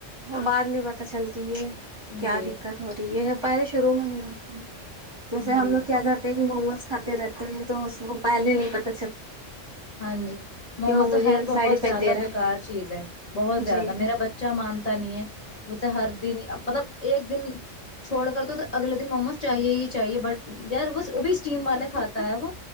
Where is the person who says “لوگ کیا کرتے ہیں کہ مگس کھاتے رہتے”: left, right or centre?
Right